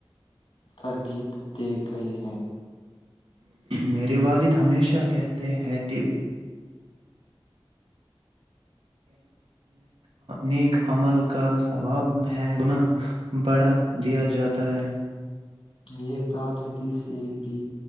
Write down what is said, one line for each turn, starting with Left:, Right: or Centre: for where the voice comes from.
Left: ترغیید دیے گئی ہیں
Right: میرے والد ہمیشہ کہتے ہیں دیپ نیک عمل کا ثواب ہے گنا بڑھا دیا جاتا ہے
Left: یہ بات حدیث سے بھی